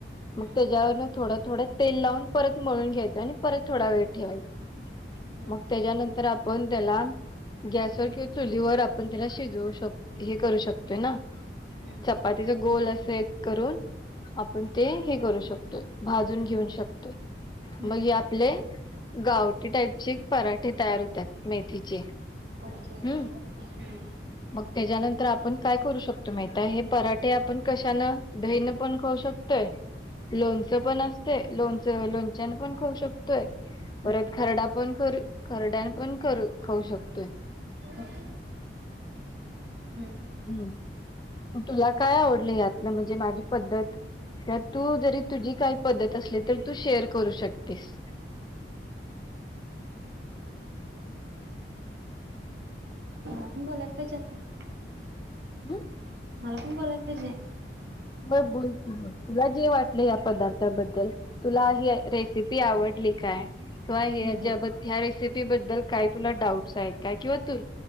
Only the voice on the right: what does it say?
हम्म
हम्म
हम्म
हम्म
ओके
हम्म.
हम्म.
ओके हम्म.
आपण बोलायला पाहिजे आता.
मला पण बोलायला पाहिजे?
हम्म.